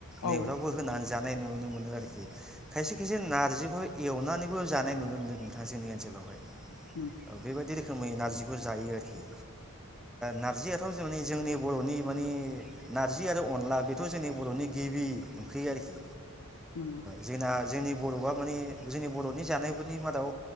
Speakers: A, on the left; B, in the centre.
A: औ
B: नैफ्रावबो होनानै ज जानाय नुनो मोनो आरोखि खायसे खायसे नारजिखौ एवनानैबो जानाय नुनो मोनो नोंथाङा जोंनि ओनसोलावहाय।
A: <unintelligible>
B: बेबायदि रोखोमै नारजिखौ जायो आरो ओ नारजियाथ' जाने जोंनि बर'नि माने नारजि आरो अनला बे थ' जोंनि बर'नि गिबि ओंख्रि आरोखि।
A: नंगौ
B: जोंना जोंनि बर'आ माने जोंनि बर'नि जानायफोरनि मादाव